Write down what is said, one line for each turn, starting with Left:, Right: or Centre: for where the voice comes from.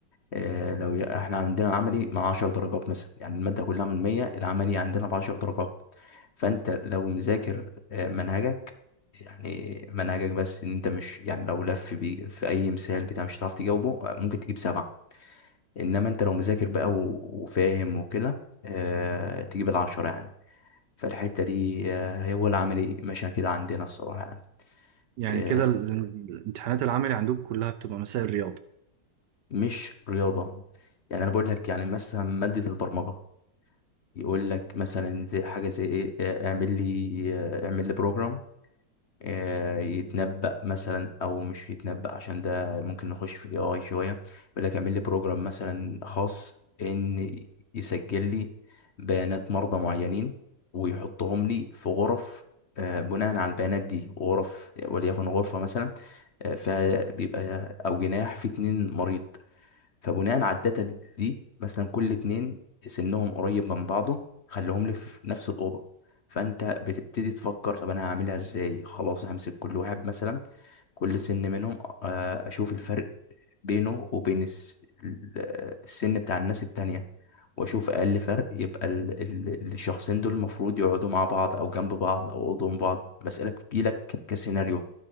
Left: آه، لو ي- احنا عندنا عملي مع 10 درجات مثلا يعني المادة كلها من 100 العملي عندنا ب 10 درجات فانت لو مذاكر آه، منهجك يعني منهجك بس ان انت مش يعني لو لف بي في اي مثال بتاع مش هتعرف تجاوبه آه، ممكن تجيب سبعة انما انت لو مذاكر بقى و- وفاهم وكده آه، تجيب العشرة يعني فالحتة دي آه، هي هو العملي ماشية كده عندنا الصراحة يعني
Right: يعني
Left: آه،
Right: كده ال- الامتحانات العملي عندكم كلها بتبقى مسائل رياضة
Left: مش رياضة يعني انا بقول لك يعني مثلا مادة البرمجة يقول لك مثلا زي حاجة زي ايه آه، اعمل لي آه، اعمل لي بروجرام آه، يتنبأ مثلا او مش يتنبأ عشان ده ممكن نخش في الاي اي شوية يقول لك اعمل لي بروجرام مثلا خاص ان يسجل لي بيانات مرضى معينين ويحطهم لي في غرف آه، بناء على البيانات دي غرف وليكن غرفة مثلا آه، فبيبقى او جناح في اتنين مريض فبناء على الداتا دي, دي مثلا كل اتنين سنهم قريب من بعضه خليهم لي في نفس الأوضة فأنت بتبتدي تفكر طب أنا هعملها إزاي خلاص همسك كل واحد مثلا كل سن منهم آه، أشوف الفرق بينه وبين الس- ال- السن بتاع الناس التانية واشوف اقل فرق يبقى ال- ال- الشخصين دول المفروض يقعدوا مع بعض او جنب بعض او قدام بعض مسألة بتجيلك كسيناريو